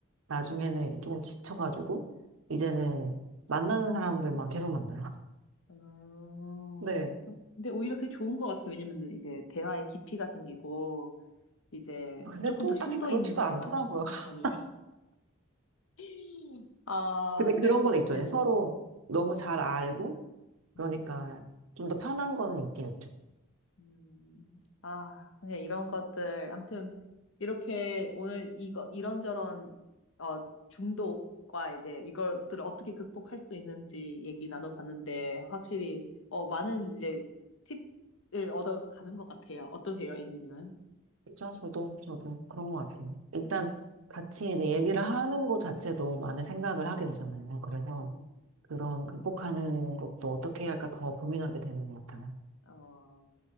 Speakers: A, on the right; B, on the left.
A: 나중에는
B: 음,
A: 이제 조금 지쳐가지고, 이제는
B: 음.
A: 만나는 사람들만 계속 만나요.
B: 어, 어,
A: 네.
B: 근데 오히려 그게 좋은 것 같아요. 왜냐면은 이제 대화의 깊이가 생기고 이제
A: 아, 근데
B: 조금
A: 또
B: 더 심도
A: 딱히 그렇지도
B: 있는
A: 않더라고요.
B: 대화를
A: <laughs>
B: 아니에요. <laughs> 아,
A: 근데
B: 근데
A: 그런 건 있죠.
B: 음.
A: 이제 서로 너무 잘 알고, 그러니까
B: 음.
A: 좀 더 편한 거는 있긴 있죠.
B: 음, 아, 그냥 이런 것들. 아무튼, 이렇게 오늘 이거, 이런저런, 어, 중독과 이제 이것들을 어떻게 극복할 수 있는지 얘기 나눠봤는데, 확실히, 어, 많은 이제 팁을 얻어가는 것 같아요. 어떠세요, A님은?
A: 진짜 저도, 저도 그런 것 같아요. 일단 같이 이제 얘기를 하는 것 자체도 많은 생각을 하게 되잖아요. 그래서,
B: 음,
A: 그런 극복하는 것도 어떻게 해야 할까 더 고민하게 되는 것 같아요.
B: 어,